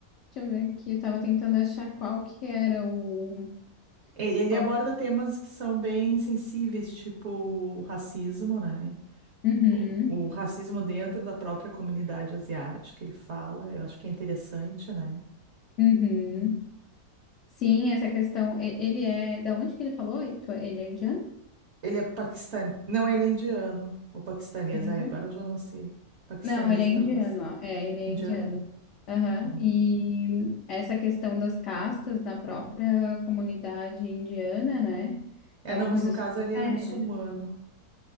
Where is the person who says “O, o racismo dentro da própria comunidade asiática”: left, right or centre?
Right